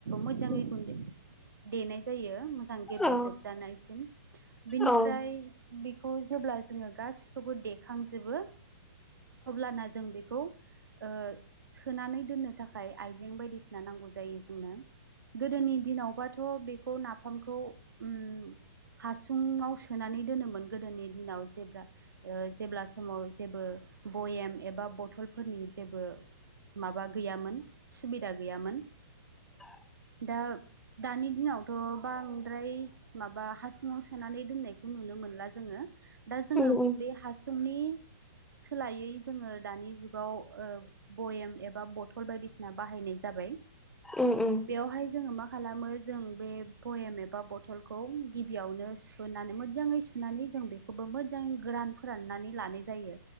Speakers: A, on the right; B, in the centre.
A: मोजाङै
B: उम
A: गुन्दै देनाय जायो मोजां गेब्लेेजोबजानायसिम
B: औ
A: बिनिफ्राय
B: औ
A: बेखौ जेब्ला जोङो गाससिखौबो देखांजोबो अब्लाना जों बेखौ ओ सोनानै दोननो थाखाय आइजें बायदिसिना नांगौ जायो जोंनो गोदोनि दिनावबाथ' बेखौ नाफामखौ उम हासुुंआव सोनानै दोनोमोन गोदोनि दिनाव जेब्ला ओ जेब्ला समाव जेबो भयेम एबा बथलफोरनि जेबो माबा गैयामोन सुबिदा गैयामोन
B: <inaudible>
A: दा दानि दिनावथ' बांद्राय माबा हासुङाव सोनानै दोननायखौ नुनो मोनला जोङो दा जोङो
B: उम उम
A: बे हासुंनि सोलायै जोङो दानि जुगाव ओ बयेम एबा बथल बायदिसिना बाहायनाय जाबाय।
B: उम उम
A: बेवहाय जोङो मा खालामो जों बे पयेम एबा बथलखौ गिबियावनो सुनानै मोजाङै सुनानै जों बेखौबो मोजां गोरान फोराननानै लानाय जायो